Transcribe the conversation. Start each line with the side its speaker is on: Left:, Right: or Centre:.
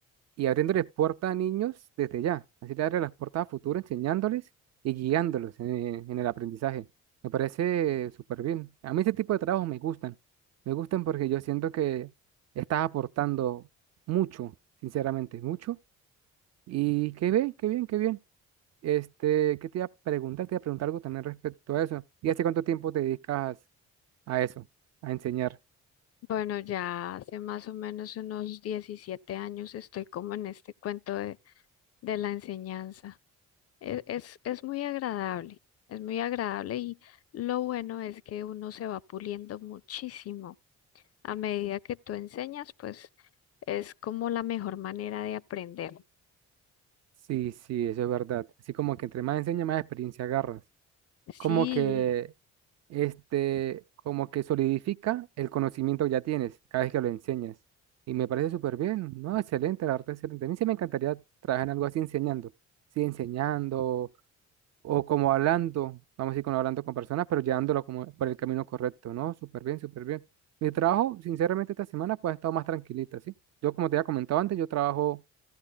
Right: y abriéndoles puertas a niños desde ya. Así le abre las puertas a futuro, enseñándoles y guiándolos en, eh, en el aprendizaje. Me parece súper bien. A mí ese tipo de trabajos me gustan. Me gustan porque yo siento que estás aportando mucho, sinceramente, mucho. Y qué bien, qué bien, qué bien. Este, ¿qué te iba a preguntar? Te iba a preguntar algo también respecto a eso. ¿Y hace cuánto tiempo te dedicas a eso, a enseñar?
Left: bueno, ya hace más o menos unos 17 años estoy como en este cuento de, de la enseñanza. E- Es, es muy agradable, es muy agradable y lo bueno es que uno se va puliendo muchísimo. A medida que tú enseñas, pues es como la mejor manera de aprender.
Right: Sí, sí, eso es verdad. Así como que entre más enseñas, más experiencia agarras. como
Left: Sí,
Right: que este, como que solidifica el conocimiento que ya tienes cada vez que lo enseñas. Y me parece súper bien, ¿no? Excelente, la verdad, excelente. A mí sí me encantaría trabajar en algo así enseñando, sí, enseñando o como hablando, vamos a decir, como hablando con personas, pero llevándolo como por el camino correcto, ¿no? Súper bien, súper bien. Mi trabajo, sinceramente, esta semana pues ha estado más tranquilita, ¿sí? Yo, como te había comentado antes, yo trabajo